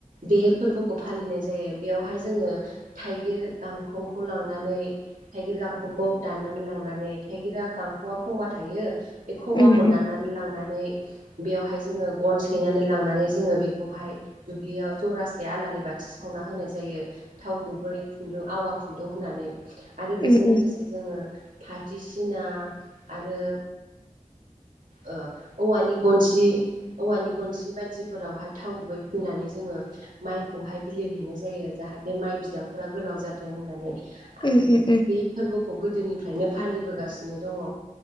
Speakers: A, on the right; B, on the left.
A: बे फोरबोखौ फालिनाय जायो बेवहाय जोङो थाइगिर गांखंखौ लांनानै थाइगिर गांखनखौ दाननानै लांनानै थाइगिरा गांख'आ खमबा थायो। बे खमबाखौ
B: उम औ उम उम
A: दाननानै लांनानै बेयावहाय जोङो गन सैनानै लांनानै जोङो बेखौहाय दुब्लियाव जरासे आलारि बाथि सावना होनाय जायो। थाव गुबै खुन्दुं आवा खुन्दुं होननानै आरो बेजों
B: उम
A: लोगोसे जोङो फाथसिना आरो ओ औवानि गनसि औवानि गनसि बायदिफोरावहाय थाव गुबै फुननानै जोङो माइखौहाय बिलिरहैनाय जायो जाहाथे माइ बिदांफोरा गोलाव जाथों होननानै।
B: उम
A: बे
B: उम
A: फोरबोखौ गोदोनिफ्रायनो फालिबोगासिनो दङ।